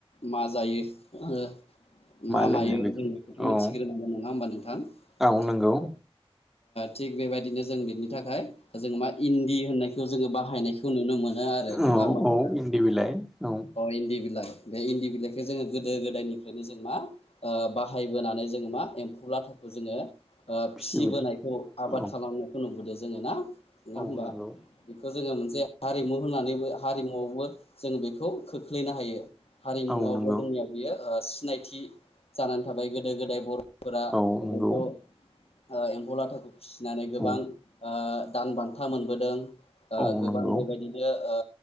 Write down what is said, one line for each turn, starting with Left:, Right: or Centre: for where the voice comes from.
Left: मा जायो ओ मा
Centre: लोङो
Left: मायो
Centre: बेखौ
Left: जों बिखौथ' मि
Centre: औ
Left: थिग्रोनांगोन नङा होमबा नोंथां?
Centre: औ नंगौ
Left: ओ थिग बेबायदिनो जों बिनि थाखाय जों मा इन्दि होननायखौ जोङो बाहायनायखौ नुनो मोनो आरो नङा
Centre: औ
Left: होमबा नोंथा?
Centre: औ इन्दि बिलाइ औ
Left: अ इन्दि बिलाय। बे इन्दि बिलाइखौ जोङो गोदो गोदायनिफ्रायनो जों मा ओ बाहायबोनानै जों मा एम्फौ लाथाखौ जोङो ओ
Centre: फिसिबोदों
Left: फिसिबोनायखौ आबाद
Centre: औ
Left: खालामनायखौ नुबोदो। जोङो ना नङा
Centre: औ
Left: होमबा?
Centre: नंगौ
Left: बेखौ जोङो मोनसे हारिमु होननानैबो हारिमुआवबो जों बेखौ खोख्लैनो हायो। हारिमुवआवबो
Centre: औ नंगौ
Left: जोंनिया बियो ओ सिनायथि जानानै थाबाय गोदो गोदाय फोरा
Centre: औ नंगौ
Left: बेखौ ओ एम्फौ लाथाखौ फिसिनानै गोबां
Centre: औ
Left: ओ दान बान्था मोनबोदों ओ
Centre: औ
Left: गोबां
Centre: नंगौ
Left: बेबायदिनो ओ